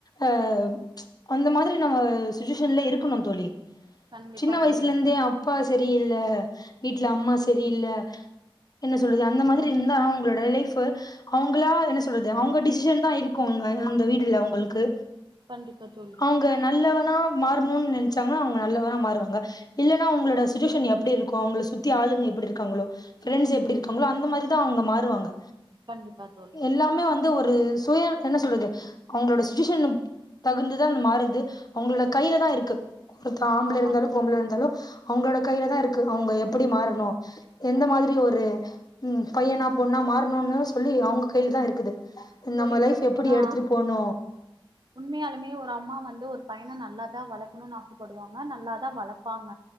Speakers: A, on the left (about 45°); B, on the right (about 55°).
A: அ அந்த மாரி நம்ம சுச்சுவேஷன்ல இருக்கணு தோழி
B: கண்டிப்பா
A: சின்ன வயசுல
B: தோழி
A: இருந்தே அப்பா சரியில்ல வீட்டுல அம்மா சரியில்ல என்ன சொல்றது அந்த மாரி இருந்தா அவங்களோட லைஃப் அவங்களா என்ன சொல்றது அவங்க டிச சிசன்தா இருக்கும் அங்க அந்த வீடுல அவங்களுக்கு
B: கண்டிப்ப தோழி
A: அவங்க நல்லவனா மாறணும்னு நினச்சாங்கன்னா அவங்க நல்லவனா மாறுவாங்க இல்ன்னா அவங்களோட சுச்சுவேஷன் எப்டி இருக்கும் அவங்கள சுத்தி ஆளுங்க எப்டி இருக்காங்களோ பிரெண்ட்ஸ் எப்டி இருக்காங்களோ அந்த மாரிதா அவங்க மாறுவாங்க
B: கண்டிப்பா தோழி
A: எல்லாமே வந்து ஒரு சுய என்ன சொல்றது அவங்களோட சுச்சுவேஷன் தகுந்துதா மாறுது அவங்களோட கையில தா இருக்கு ஒருத்த ஆம்பளை
B: ஆமா
A: இருந்தாலு பொம்பள் இருந்தாலு அவங்களோட கையில தா இருக்கு அவங்க எப்டி மாறணு எந்த மாதிரி ஒரு ம் பையனா பொண்ணா மாறணுன்னனு சொல்லி அவங்க கையில தா இருக்குது
B: தோழி
A: நம்ம லைஃப்
B: சொல்லப்
A: எப்படி
B: போனா
A: எடுத்துட்டு போணு
B: உண்மையாலுமே ஒரு அம்மா வந்து ஒரு பையனை நல்லாதா வளக்கணும்னு ஆசைப்படுவாங்க நல்லாதா வளப்பாங்க